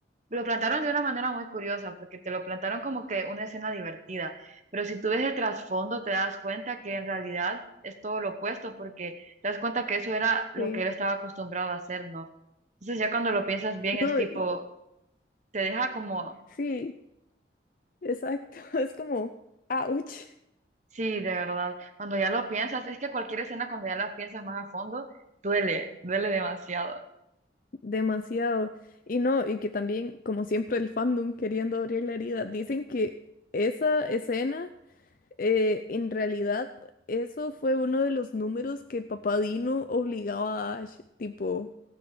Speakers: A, on the right; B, on the left.
A: lo plantaron de una manera muy curiosa, porque te lo plantaron como que una escena divertida, pero si tú ves el trasfondo te das cuenta que en realidad es todo lo opuesto, porque te das cuenta que eso era lo
B: sí.
A: que él estaba acostumbrado a hacer, ¿no? Entonces ya cuando lo piensas bien es
B: No,
A: tipo,
B: y-
A: te deja como,
B: sí. Exacto, <laughs> es como, ouch,
A: sí, de verdad, cuando ya lo piensas, es que cualquier escena cuando ya la piensas más a fondo, duele, duele demasiado.
B: demasiado. Y no, y que también, como siempre, el fandom queriendo abrir la herida, dicen que esa escena, eh, en realidad, eso fue uno de los números que Papá Dino obligaba a Ash, tipo,